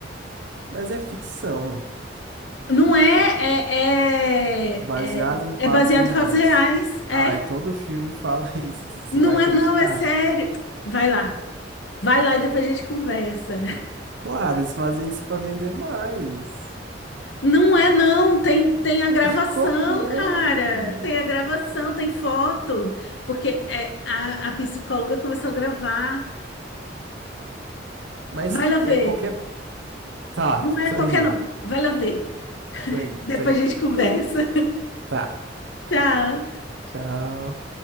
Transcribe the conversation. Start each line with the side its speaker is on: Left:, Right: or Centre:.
Right: Mas é ficção.
Left: Não é, é, é,
Right: Baseado
Left: é,
Right: em fatos
Left: é baseado
Right: reais.
Left: em fatos reais. É.
Right: Ah, e todo filme fala <laughs> isso, você
Left: Não
Right: vai acreditar?
Left: é, não, é sério. Vai lá. Vai lá e depois a gente conversa.
Right: Claro, eles fazem isso para vender mais.
Left: Não é, não. Tem, tem a gravação,
Right: <laughs> Como não?
Left: cara. Tem a gravação, tem foto. Porque é, a, a psicóloga começou a gravar.
Right: Mas
Left: Vai lá ver.
Right: é qualquer. Tá,
Left: Não é
Right: tô
Left: qualquer,
Right: indo,
Left: não. Vai lá ver.
Right: tô indo,
Left: Depois
Right: tô indo.
Left: a gente conversa.
Right: Tá,
Left: <laughs> Tchau.
Right: tchau.